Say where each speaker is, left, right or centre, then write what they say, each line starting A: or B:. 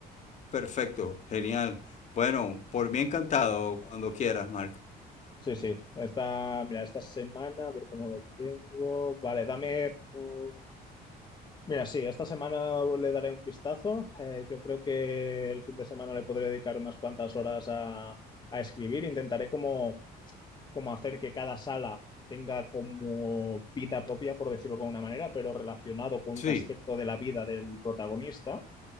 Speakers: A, on the left (about 45°); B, on the left (about 25°).
A: perfecto, genial. Bueno, por mí encantado, cuando quieras, Mark.
B: Sí, sí. Esta, mira, esta semana, a ver cómo lo tengo. Vale, dame. pues, Mira, sí, esta semana le daré un vistazo. Eh, yo creo que el fin de semana le podré dedicar unas cuantas horas a, a escribir. Intentaré como, como hacer que cada sala tenga como vida propia, por decirlo de alguna manera, pero relacionado con
A: Sí.
B: un aspecto de la vida del protagonista.